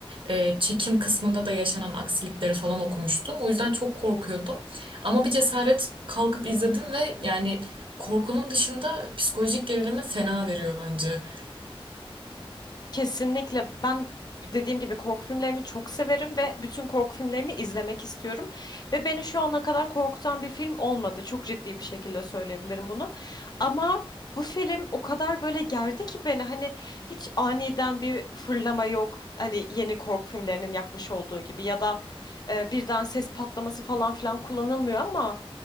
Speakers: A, on the right; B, on the left.
A: e, çekim kısmında da yaşanan aksilikleri falan okumuştum. O yüzden çok korkuyordum. Ama bir cesaret kalkıp izledim ve yani korkunun dışında psikolojik gerilimi fena veriyor bence.
B: Kesinlikle ben dediğim gibi korku filmlerini çok severim ve bütün korku filmlerini izlemek istiyorum. Ve beni şu ana kadar korkutan bir film olmadı. Çok ciddi bir şekilde söyleyebilirim bunu. Ama bu film o kadar böyle gerdi ki beni hani hiç aniden bir fırlama yok. Hani yeni korku filmlerinin yapmış olduğu gibi ya da e, birden ses patlaması falan filan kullanılmıyor ama